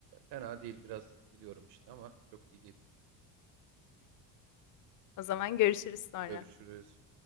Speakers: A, on the right; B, on the left.
A: Fena değil biraz biliyorum işte ama çok iyi değil.
B: O zaman görüşürüz sonra.
A: Görüşürüz.